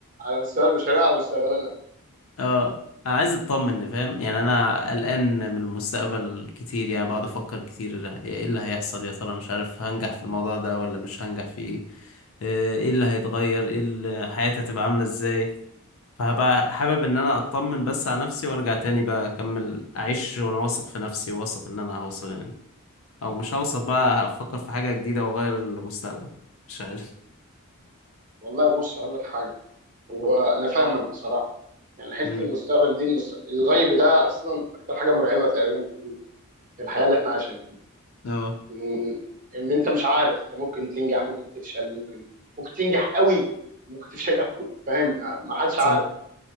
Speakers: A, on the right (about 35°); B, on the left (about 65°).
A: على مستوى البشريه وعلى مستقبلنا
B: اه انا عايز اطمن فاهم يعني انا قلقان من المستقبل كتير يعني بقعد افكر كتير ايه اللي هيحصل يا ترى مش عارف هنجح في الموضوع ده ولا مش هنجح في ايه آه، ايه اللي هيتغير ايه اللي حياتي هتبقى عاملة ازاي فهبقى حابب ان انا اطمن بس على نفسي وارجع تاني بقى اكمل اعيش وانا واثق في نفسي واثق ان انا هوصل يعني او مش هوصل بقى هفكر في حاجة جديدة واغير المستقبل مش عارف
A: والله بص هقول لك حاجه وانا فاهمك بصراحه يعني حته
B: امم
A: المستقبل دي المس... الغيب ده اصلا اكتر حاجه مرعبه تقريبا في في الحياه اللي احنا عايشينها
B: اه
A: ان إن انت مش عارف انت ممكن تنجح ممكن تفشل ممكن ممكن تنجح قوي ممكن تفشل <laughs> قوي فاهم ما حدش
B: صح
A: عارف